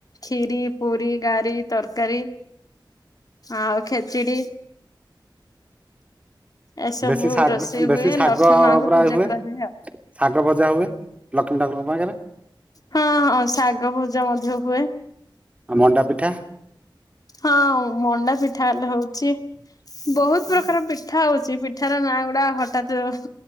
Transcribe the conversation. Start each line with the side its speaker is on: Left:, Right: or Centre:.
Left: ଖିରୀ ପୁରୀ ତରକାରୀ। ତରକାରୀ ଆ ଆଉ ଖେଚିଡି। ଏସବୁ
Right: ବେଶୀ ଶାଗ
Left: ରୋଷେଇ
Right: ବେଶୀ
Left: ହୁଏ
Right: ଶାଗ
Left: ଲକ୍ଷ୍ମୀ ମାଙ୍କୁ
Right: ପ୍ରାୟ
Left: ପୂଜା
Right: ହୁଏ
Left: କରାଯାଏ ଆଉ।
Right: ଶାଗ ଭଜା ହୁଏ। ଲକ୍ଷ୍ମୀ ଠାକୁରଙ୍କ ପାଖରେ।
Left: ହଁ ହଁ ଶାଗ ଭଜା ମଧ୍ୟ ହୁଏ।
Right: ଆଉ ମଣ୍ଡା ପିଠା।
Left: ହଁ ମଣ୍ଡା ଫି ପିଠା ହୋଉଚି ବୋହୁତ ପ୍ରକାର ପିଠା ହୋଉଚି ପିଠାର ନାଁ ଗୁଡା ହଠତ୍ ଉ